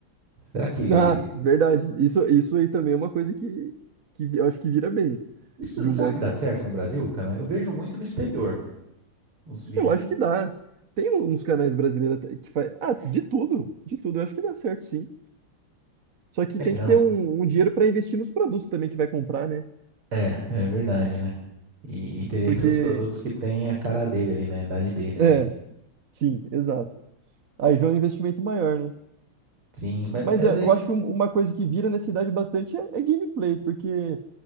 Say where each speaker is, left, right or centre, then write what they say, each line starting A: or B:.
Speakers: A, on the right (about 80°); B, on the right (about 45°).
A: Será que
B: Ah, verdade. Isso isso aí também é uma coisa que que eu acho que vira bem
A: isso-
B: de
A: será
B: unboxing.
A: que dá certo no Brasil, cara? Eu vejo muito no exterior os vídeos
B: Eu acho
A: de
B: que dá. Tem um, uns canais brasileiros até que faz, ah, de tudo, de tudo, eu acho que dá certo sim. Só que
A: legal.
B: tem que ter um, um dinheiro para investir nos produtos também que vai comprar, né?
A: É, é verdade, né? E, e teria
B: Porque
A: que ser os produtos que tem a cara dele ali, né, a idade dele ali.
B: é, sim, exato. Aí já é um investimento maior, né?
A: Sim, mas
B: Mas
A: mas
B: é,
A: é-
B: eu acho que um- uma coisa que vira nessa idade bastante é, é gameplay, porque